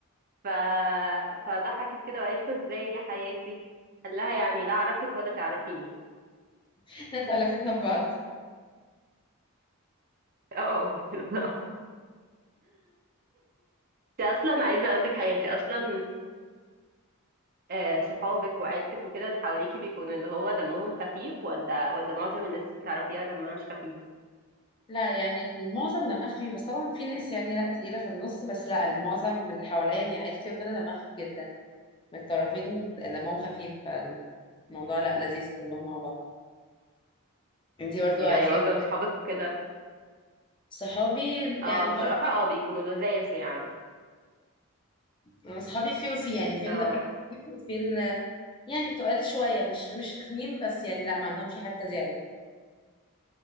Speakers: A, on the right; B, on the left.
A: ف... فضحكت كده وقالت له ازاي يا حياتي قال لها يعني لا اعرفك ولا تعرفيني
B: <laughs> نتقلقتنا ببعض
A: <laughs> اه بالظبط انت اصلا عايزة اقول لك حاجة انت اصلا آه، صحابك وعيلتك وكده اللي حواليكي بيكون اللي هو دمهم خفيف ولا ولا معظم الناس اللي تعرفيها دمها مش خفيف
B: لا يعني المعظم دماغ خفيف بس طبعا في ناس يعني لا تقيلة في النص بس لا المعظم اللي حواليا يعني عيلتي وكده دماغ خفيف جدا من الطرفين دمهم خفيف فالموضوع لا لذيذ كلهم مع بعض انتي برضو
A: يعني
B: عيلتك
A: معظم صحابك كده
B: صحابي
A: اه
B: يعني
A: بصراحة
B: اه في
A: اه
B: وفي
A: بيكونوا لذاذ يعني
B: انا اصحابي في وفي يعني في
A: اه
B: اللي دمهم خفيف وفي اللي يعني تقال شوية مش مش رخمين بس يعني لا ما عندهمش الحتة دي قوي